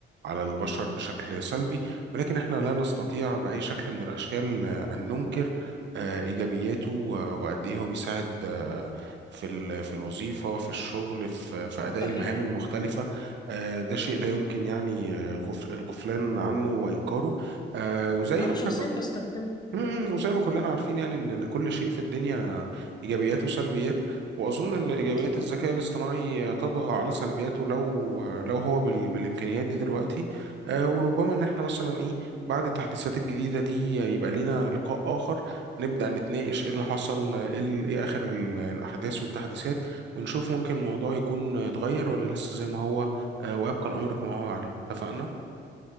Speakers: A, on the right (about 65°); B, on the left (about 20°).
A: على البشر بشكل سلبي ولكن إحنا لا نستطيع بأي شكل من الأشكال أن ننكر آه، إيجابياته و- وقد إيه هو بيساعد آه، في ال- في الوظيفة في الشغل في في أداء
B: صحيح
A: المهام المختلفة آه، ده شيء لا يمكن يعني آه، غف- الغفلان عنه وإنكاره آه، وزي
B: انا
A: ما
B: شخصيا
A: إحنا
B: بستخدمه
A: امم وزي ما كلنا عارفين يعني ان لكل شيء في الدنيا ايجابيات وسلبيات واظن ان ايجابيات
B: اكيد
A: الذكاء الاصطناعي تطغى على سلبياته لو لو هو بال... بالامكانيات دي دلوقتي آه وربما ان احنا مثلا ايه بعد التحديثات الجديده دي يبقى لينا لقاء اخر نبدا نتناقش ايه اللي حصل ايه ال- إيه اخر ال... الاحداث والتحديثات ونشوف ممكن الموضوع يكون اتغير ولا لسه زي ما هو آه ويبقى الامر كما هو عليه اتفقنا